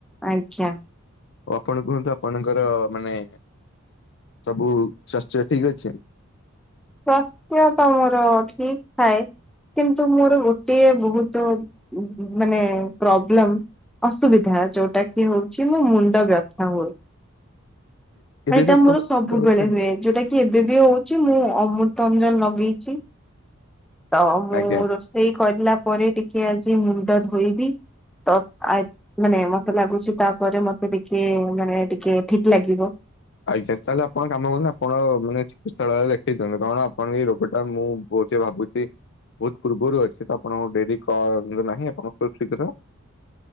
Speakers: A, in the centre; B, on the left.
A: ଆଜ୍ଞା
B: ଆଉ ଆପଣ କୁହନ୍ତୁ? ଆପଣଙ୍କର ମାନେ ସବୁ ସ୍ୱାସ୍ଥ୍ୟ ଠିକ ଅଛି।
A: ସ୍ୱାସ୍ଥ୍ୟ ତ ମୋର ଠିକ ଥାଏ। କିନ୍ତୁ ମୋର ଗୋଟିଏ ବହୁତ <unintelligible> ମାନେ ପ୍ରୋବ୍ଲେମ। ଅସୁବିଧା ଯୋଉଟା କି ହଉଛି ମୋ ମୁଣ୍ଡ ବ୍ୟଥା ହୁଏ।
B: ଏବେ
A: ଏଇଟା
B: ବି ଆପଣଙ୍କର
A: ମୋର ସବୁବେଳେ
B: ମୁଣ୍ଡ ଅଛି?
A: ହୁଏ, ଯୋଉଟା କି ଏବେ ବି ହଉଛି ମୁଁ ଅମୃତ ଅଞ୍ଜନ ଲଗେଇଛି। ତ ମୁଁ
B: ଆଜ୍ଞା।
A: ରୋଷେଇ କରିଲା ପରେ ଟିକେ ଆଜି ମୁଣ୍ଡ ଧୋଇବି। ତ ଆ ମାନେ ମତେ ଲାଗୁଛି ତାପରେ ମୋତେ ଟିକେ ମାନେ ଟିକେ ଠିକ ଲାଗିବ।
B: <unintelligible> ଆପଣ କାମ କରନ୍ତୁ ଆପଣ ମାନେ ଚିକିତ୍ସାଳୟରେ ଦେଖେଇ ଦିଅନ୍ତୁ କଣ ଆପଣଙ୍କ ଏ ରୋଗ ଟା ମୁଁ ବହୁତି ଭାବୁଛି। ବହୁତ ପୂର୍ବରୁ ଅଛି ତ ଆପଣଙ୍କୁ ଡେରି କନ୍ତୁ ନାହିଁ, ଆପଣ ଖୁବ ଶୀଘ୍ର